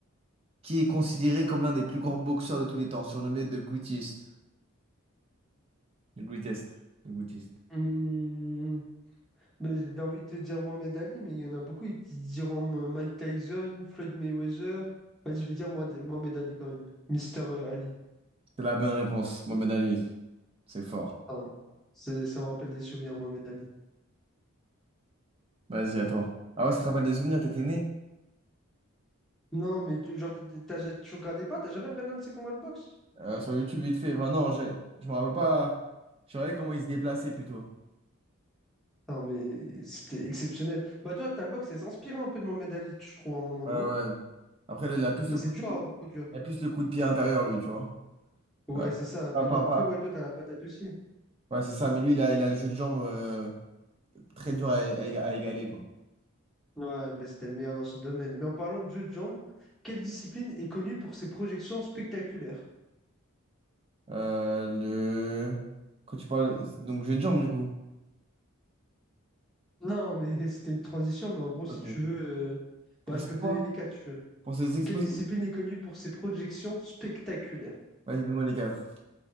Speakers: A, on the right; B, in the centre.
A: qui est considéré comme l'un des plus grands boxeurs de tous les temps, surnommé The Greatest. The Greatest. The Greatest.
B: Hmm, Mais j'ai envie de te dire Mohamed Ali, mais il y en a beaucoup. Ils te diront euh, Mike Tyson, Floyd Mayweather. Vas-y, je vais dire moi, Mohamed Ali quand même. Mister euh, Ali.
A: C'est la bonne réponse. Mohamed Ali. C'est fort.
B: Pardon. C'est- ça me rappelle des souvenirs, Mohamed Ali.
A: Vas-y, à toi. Ah ouais, ça te rappelle des souvenirs, t'étais né?
B: Non, mais tu- genre, t'as t'as- ja-, tu regardais pas, t'as jamais regardé un de ses combats de boxe?
A: Euh, sur YouTube, vite fait. Enfin, non, j'ai- je me rappelle pas. Je regardais comment il se déplaçait plutôt.
B: Non, mais c'était exceptionnel. Bah, toi, ta boxe, elle s'inspirait un peu de Mohamed Ali, je trouve, à un moment,
A: Ouais,
B: non?
A: ouais. Après, là, il a plus
B: Mais
A: le coup
B: c'est dur
A: de
B: à
A: pied,
B: reproduire.
A: il a plus le coup de pied intérieur, lui, tu vois.
B: Ouais,
A: Euh,
B: c'est ça.
A: Enfin,
B: Mais après,
A: pas.
B: ouais,
A: pas.
B: toi, t'as la patate aussi.
A: Ouais, c'est ça, mais lui, il a, il a le jeu de jambes euh, très dur à, à éga- à égaler, quoi.
B: Ouais, bah, c'était le meilleur dans son domaine. Mais en parlant de jeu de jambes, quelle discipline est connue pour ses projections spectaculaires?
A: Euh, le... Quand tu parles... Donc, jeu de jambes, du coup.
B: Non, mais <laughs> c'était une transition, mais en gros, si
A: Ok.
B: tu veux, euh,
A: Pour
B: bah, je
A: c'est
B: peux
A: quoi?
B: te donner les quatre, si tu veux.
A: Pour se exposer.
B: Quelle discipline est connue pour ses projections spectaculaires?
A: Vas-y, demande les quatre.